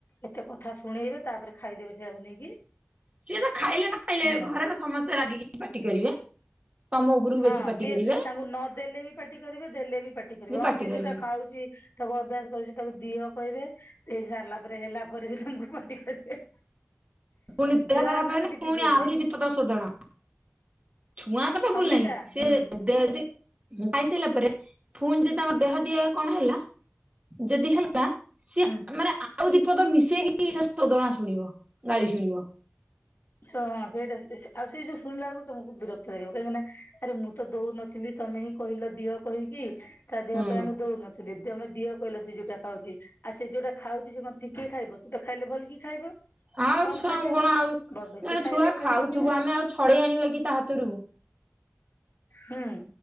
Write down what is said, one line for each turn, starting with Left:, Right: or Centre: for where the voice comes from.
Left: ଏତେ କଥା ଶୁଣେଇବେ ତାପରେ ଖାଇଦେବେ ସେଇୟାକୁ ନେଇକି।
Right: ସିଏ ତ ଖାଇଲେ ଖାଇଲେ
Left: ହେଲା।
Right: ଘରେ ସମସ୍ତେ ରାଗିକି ପାଟି କରିବେ। ତମ ଉପରକୁ
Left: ହଁ
Right: ବେଶୀ ପାଟି
Left: ସିଏ
Right: କରିବେ
Left: ତାଙ୍କୁ ନଦେଲେ ବି ପାଟି କରିବେ ଦେଲେ ବି ପାଟି କରିବେ
Right: ଯେ
Left: ହଁ ସେ
Right: କରିବେ
Left: ଯୋଉଟା ଖାଉଚି ତାକୁ ଅଭ୍ୟାସ କରଚୁ ତାକୁ ଦିଅ କହିବେ ଦେଇ ସାରିଲା ପରେ ହେଲା ପରେ ବି ତାମକୁ ପାଟି କରିବେ।
Right: ଫୁଣି ଦେହ
Left: ଛୁଆଙ୍କର
Right: ଖରାପ ହେଏନି
Left: କିଛି
Right: ଫୁଣି
Left: ଭୁଲ
Right: ଆହୁରି
Left: ନାହିଁ
Right: ଦିଇ ପଦ ସୋଦନା। ଛୁଆ କଥା ଭୁଲ
Left: ଅମୃତା
Right: ନାହିଁ ସିଏ
Left: ହୁଁ।
Right: ଦେଦି ହୁଁ। ଖାଇସାରିଲା ପରେ ଫୁଣି ଯଦି ତାଙ୍କ ଦେହ ଟିକେ କଣ ହେଲା। ଯଦି ହେଲା ସିଏ
Left: ହୁଁ।
Right: ମାନେ ଆଉ ଦିଇ ପଦ ମିଶେଇକି ସେ ଶୋଦଣା ଶୁଣିବ। ଗାଳି ଶୁଣିବ।
Left: ହଁ ସେଇଟା ଆଉ ସେ-ସେ-ସେଇ ଯୋଉ ଶୁିଲା ବେଳକୁ ତମକୁ ବିରକ୍ତ ଲାଗିବ କାହିଁକି ନା ଆରେ ମୁଁ ତ ଦୋଉନଥିଲି। ତମେ ହିଁ କହିଲ ଦିଅ କହିକି ତା ଦେହ
Right: ହୁଁ
Left: ପାଇଁ ମୁଁ ଦୋଉନଥିଲିି ଆମେ ତମେ ଦିଅ କହିଲ ସେ ଯୋଉଟା ଖାଉଚି ସେ ଯୋଉଟା ଖାଉଚି ସେ କିଏ ଖାଇବ ସ ତ ଖାଇଲେ ଭଲ କି ଖାଇବ।
Right: ଆଉ
Left: କମ
Right: ଛୁଆଙ୍କୁ
Left: ଖାଇବେନି
Right: କଣ ଆଉ
Left: ବ ବେଶୀ
Right: ନା
Left: ଖାଇଲେ
Right: ଛୁଆ
Left: ଫେର
Right: ଖାଉଥିବୁ
Left: ଭୋଗିବେ
Right: ଆମେ ଆଉ ଛଡେଇ ଆଣିବା କି ତା ହାତରୁ।
Left: ହୁଁ।